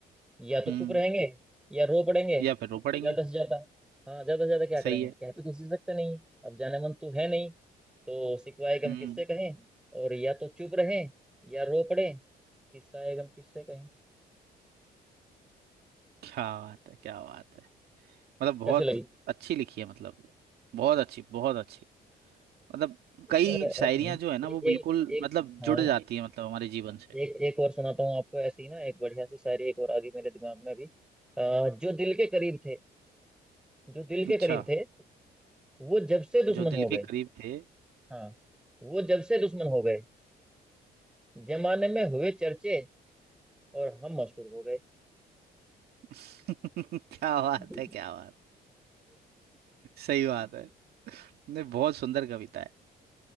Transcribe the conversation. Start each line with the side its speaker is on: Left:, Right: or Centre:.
Centre: या तो
Right: हम्म
Centre: चुप रहेंगे या रो पड़ेंगे
Right: या फिर रो
Centre: ज्यादा
Right: पड़ेंगे
Centre: से ज्यादा हाँ ज्यादा से ज्यादा क्या करेंगे
Right: सही है
Centre: कह तो किसी से सकते नहीं है अब जाने मन तो है नहीं तो सिकवाए गम
Right: हम्म
Centre: किससे कहें और या तो चुप रहें या रो पड़े किस्साए गम किससे कहें
Right: क्या बात है क्या बात है मतलब बहुत
Centre: कैसी लगी
Right: अच्छी लिखी है मतलब बहुत अच्छी बहुत अच्छी मतलब
Centre: किस्सा
Right: कई
Centre: ऐसे
Right: शायरियां
Centre: हैं
Right: जो है ना
Centre: एक
Right: वो
Centre: एक
Right: बिल्कुल
Centre: एक
Right: मतलब
Centre: हाँ
Right: जुड़ जाती है मतलब हमारे जीवन से
Centre: एक एक और सुनाता हूँ आपको ऐसी ही ना एक बढ़िया सी शायरी एक और आ गई मेरे दिमाग में अभी अ, जो दिल के करीब थे जो दिल के
Right: अच्छा
Centre: करीब थे वो जब से दुश्मन
Right: जो दिल
Centre: हो गए
Right: के करीब थे
Centre: हाँ वो जब से दुश्मन हो गए जमाने में हुए चर्चे और हम मशहूर हो
Right: <laughs> क्या बात
Centre: गए
Right: है क्या बात सही बात है नहीं बहुत सुंदर कविता है